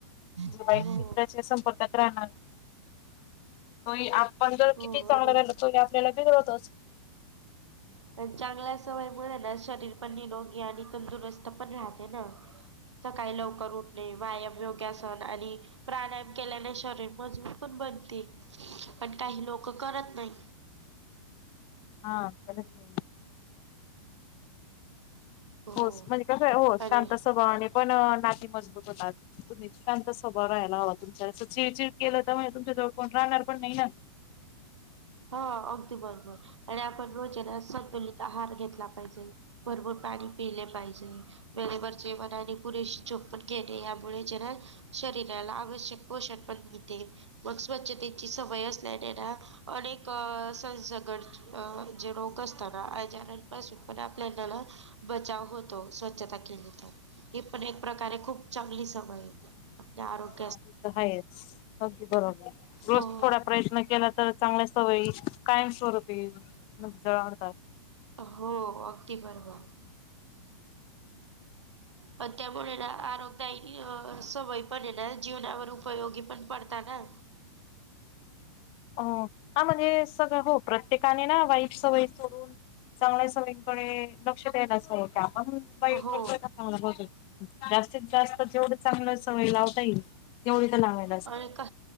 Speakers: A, on the right; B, on the left.
A: आहे
B: वाईट
A: हो
B: मित्राच्या संपर्कात राहणार. होय, आपण जर
A: हो
B: किती चांगलं
A: आणि
B: राहिल, तो आपल्याला बिघडवतोच.
A: पण चांगल्या सवयीमुळे ना, शरीर पण निरोगी आणि तंदुरुस्त पण राहते ना. सकाळी लवकर उठणे, व्यायाम, योग्यासन आणि प्राणायाम केल्याने रिरे मजबूर पण बनती, पण काही लोक करत नाही.
B: हा करत नाही.
A: हो
B: होस म्हणजे कसं हो
A: अरे
B: शांत अस स्वभावाने पण नाती मजबूत होतात. तुम्ही शांत स्वभाव राहायला हवा तुमच्या असं चिडचिड केलं तर म्हणजे तुमच्या जवळ कोण राहणार पण नाही ना.
A: हा अगदी बरोबर. आणि आपण रोज आहे ना, संतुलित आहार घेत ला पाहिजे. भरपूर पाणी पिले पाहिजे. वेळेवर जेवण आणि पुरेशी झोप पण घेणे यामुळे जरा शरीराला आवश्यक पोषण पण मिळते. मग स्वच्छतेची सवय असल्याने ना अनेक संसगट जे रोग असताना, आजारांपासून पण आपल्या ना बचाव होतो स्वच्छता केली तर, ही पण एक प्रकारे खूप चांगली समय आहे. आपले आरोग्य
B: ते तर हायच, अगदी बरोबर, रोज
A: हो
B: थोडा प्रयत्न केला तर चांगल्या सवयी कायमस्वरूपी <unintelligible> जळवतात
A: हो, अगदी बरोबर. पण त्यामुळे ना आरोगदायी सवयी पडलेल्या जीवनावर उपयोगी पण पडतात ना.
B: अं, आमानी सगळं हो प्रत्येकाने ना वाईट सवय सोडून चांगल्या सगळीकडे लक्ष द्यायला <inaudible> अस क आपण बाईक
A: हो
B: करतोय का चांगलं बाजून जास्तीत जास्त जेवढं चांगल्या सवयी लावता येईल तेवढी तर लावाय.
A: होय का,